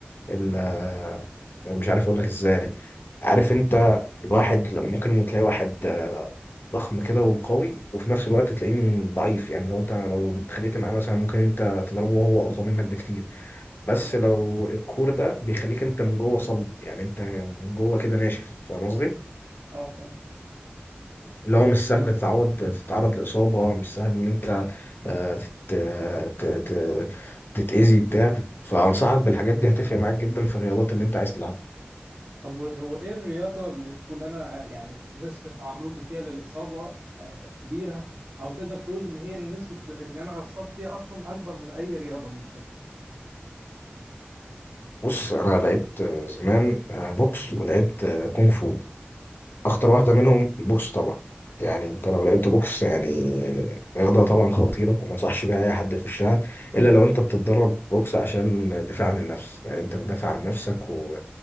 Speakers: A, on the left; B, on the right.
A: ال- آه، مش عارف اقول لك ازاي عارف انت الواحد لما ممكن تلاقي واحد آه، ضخم كده وقوي وفي نفس الوقت
B: مم.
A: تلاقيه من ضعيف يعني لو انت لو اتخانقت معاه مثلا ممكن انت تضربه وهو اقوى منك بكتير بس
B: تمام
A: لو الكور ده بيخليك انت من جوه صلب يعني انت من جوه كده ناشف فاهم قصدي؟
B: اه فهمت
A: اللي هو مش سهل تتعود تتعرض لإصابة مش سهل إن أنت آه، تت... ت... ت... تتأذي بتاع فأنصحك بالحاجات دي هتفرق معاك جدا في الرياضات اللي أنت عايز تلعبها
B: طب و- هو ايه الرياضة اللي تكون انا آه، يعني نسبة تعرضي فيها للإصابة آه، كبيرة او تقدر تقول ان هي نسبة ان انا اتصاب فيها اصلا اكبر من اي رياضة ممكن
A: بص انا لعبت زمان آه، بوكس ولعبت آه، كونغ فو اخطر
B: مم.
A: واحده منهم بوكس طبعا يعني انت لو
B: مم.
A: لعبت بوكس يعني رياضه طبعا خطيره وما انصحش بيها اي حد يخشها الا لو انت بتتدرب بوكس عشان دفاع عن النفس يعني انت بتدافع عن نفسك و...